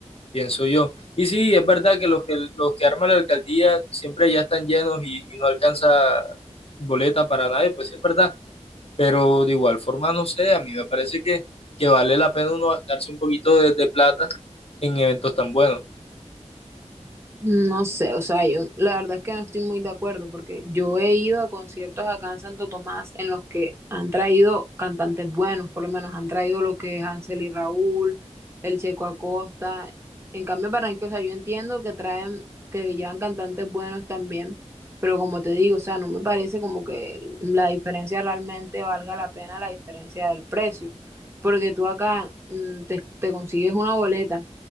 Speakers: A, on the left; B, on the right.
A: pienso yo. Y sí, es verdad que los que, los que arma la alcaldía siempre ya están llenos y, y no alcanza boleta para nadie, pues sí es verdad pero de igual forma, no sé, a mí me parece que, que vale la pena uno gastarse un poquito de, de plata en eventos tan buenos.
B: No sé, o sea, yo la verdad es que no estoy muy de acuerdo porque yo he ido a conciertos acá en Santo Tomás en los que han traído cantantes buenos, por lo menos han traído lo que es Hansel y Raúl, el Checo Acosta. En cambio, en Barranquilla, o sea, yo entiendo que traen, que llevan cantantes buenos también, pero como te digo, o sea, no me parece como que la diferencia realmente valga la pena la diferencia del precio, porque tú acá mm, te te consigues una boleta